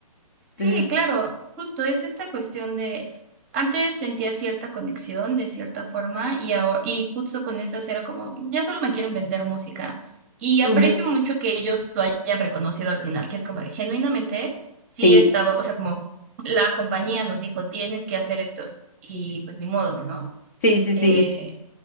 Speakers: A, on the right; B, on the left.
A: Sí,
B: Entonces,
A: claro, justo es esta cuestión de antes sentía cierta conexión de cierta forma y ahora y justo con esas era como ya solo me quieren vender música y
B: ujú,
A: aprecio mucho que ellos lo hayan reconocido al final, que es como de genuinamente sí
B: sí,
A: estaba, o sea, como la compañía nos dijo, tienes que hacer esto y pues ni modo, ¿no?
B: sí, sí,
A: Eh,
B: sí.